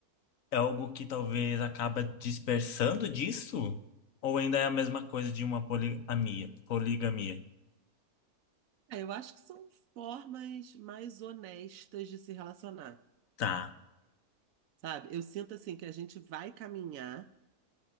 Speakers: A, on the left; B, on the right.
A: É algo que talvez acaba dispersando disso? Ou ainda é a mesma coisa de uma poligamia? Poligamia.
B: É, eu acho que são formas mais honestas de se relacionar,
A: Tá,
B: sabe? Eu sinto assim que a gente vai caminhar